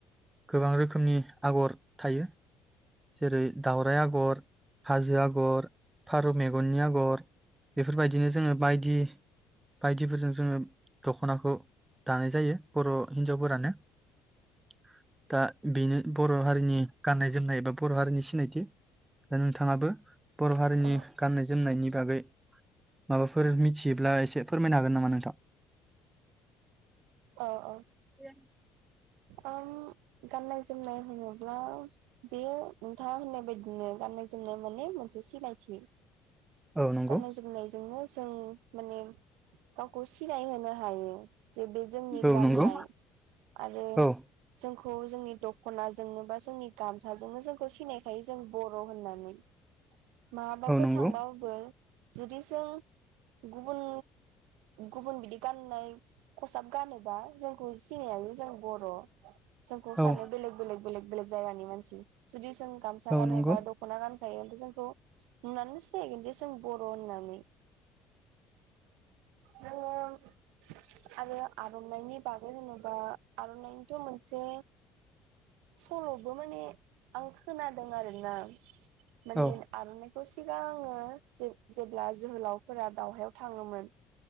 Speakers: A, on the right; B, on the right.
A: गोबां रोखोमनि आगर थायो जेरै दावराइ आगर हाजो आगर फारौ मेगननि आगर बेफोरबायदिनो जोङो बायदि बायदिफोरजों जोङो दख'नाखौ दानाय जायो बर' हिनजावफोरानो <inaudible> <inaudible> दा बेनो बर' हारिनि गाननाय जोमनाय एबा बर' हारिनि सिनायथि दा नोंथाङाबो बर' हारिनि
B: औ
A: गान्नाय जोमनायनि बागै माबाफोर मिथियोब्ला एसे फोरमायनो हागोन नामा नोंथां
B: अ औ
A: <inaudible> <inaudible>
B: आं गाननाय नाय होनोब्ला बे नोंथाङा होननाय बायदिनो गाननाय जोमनाय माने मोनसे सिनायथि
A: औ नंगौ
B: गाननाय जोमनायजोंनो जों माने गावखौ सिनाय होनोनो हायो <inaudible> <inaudible> जे बे जोंनि
A: औ
B: गाननाय
A: नंगौ
B: आरो
A: औ
B: जोंखौ जोंनि दख'नाजोंनो बा जोंनि गामसाजोंनो जोंखौ सिनायखायो जों बर' होननानै माबाफोर
A: औ नंगौ
B: थांबाबो जुदि जों गुबुन गुबुन बिदि गाननाय खसाब गानोबा जोंखौ सिनायानो जों बर' <inaudible> <inaudible> जोंखौ सानो
A: औ
B: बेलेग बेलेग बेलेग बेलेग जायानि मानसि जों गामसा
A: औ
B: गानोबा
A: नंगौ
B: दख'ना गान खायो जोंखौ नुनानै सिनायगोन जे जों बर' होननानै जोङों आरो आरनानि बागै जेनबा आरनाय थ' मोनसे सल'बो माने आं खोनादों आरोना माने
A: औ
B: आरनाय खौ सिगांङो जेब्ला जोहोलावफोरा दावहायाव थाङोमोन